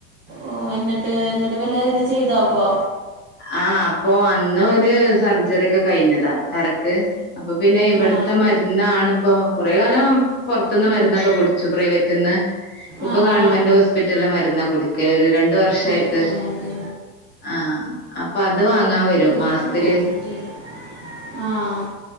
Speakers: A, on the right; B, on the left.
A: ഓ എന്നിട്ട് എന്നിട്ട് വല്ല ഇത് ചെയ്തോപ്പോ?
B: ആഹ് അപ്പൊ അന്ന് ഒരു സർജറി ഒക്കെ കഴിഞ്ഞതാ തലക്ക്. അപ്പൊ പിന്നെ ഇവിടേത്തെ
A: ആ
B: മരുന്നണിപ്പൊ കുറേ കാലം പൊറത്തുന്ന് മരുന്നൊക്കെ കുടിച്ചു പ്രൈവറ്റന്ന് ഇപ്പൊ
A: ആ
B: ഗവൺമെന്റ്
A: ആ
B: ഹോസ്പിറ്റലിലെ മരുന്ന കുടിക്കല് ഒരു രണ്ട് വർഷയിട്ട്
A: കൊടുക്കണത്
B: ആഹ്. അപ്പൊ അത് വാങ്ങാൻ വരും. മാസത്തില്
A: <unintelligible> ആഹ്.